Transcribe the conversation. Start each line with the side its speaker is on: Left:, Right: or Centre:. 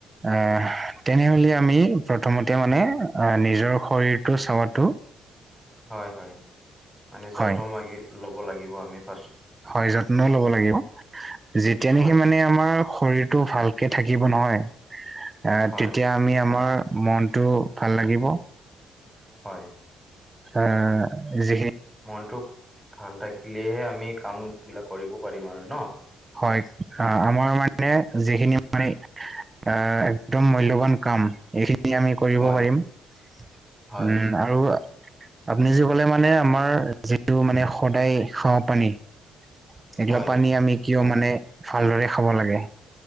Right: আহ তেনেহলে আমি প্ৰথমতে মানে আহ নিজৰ শৰীৰটো চাব
Centre: হয় হয় মানে যতন
Right: হয়
Centre: লাগি ল'ব লাগিব আমি ফাৰ্ষ
Right: হয় যত্ন ল'ব লাগিব যেতিয়া নেকি
Centre: হয়
Right: মানে আমাৰ শৰীৰটো ভালকে থাকিব নহয় আহ
Centre: হয়
Right: তেতিয়া আমি আমাৰ মন টো ভাল লাগিব।
Centre: হয়।
Right: অ যিখিন
Centre: মনটো ভাল থাকিলেহে আমি কাম বিলাক কৰিব পাৰিম আৰু ন।
Right: হয় আহ আমাৰ মানে যিখিনি মানে আহ একদম মূল্যবান কাম এইখিনি আমি কৰিব
Centre: হয়
Right: পাৰিম উম।
Centre: হয়
Right: আৰু আপুনি যি ক'লে মানে আমাৰ যিটো মানে সদায় খোৱা পানী। এইগিলা
Centre: হয়
Right: পানী আমি কিয় মানে ভালদৰে খাব লাগে।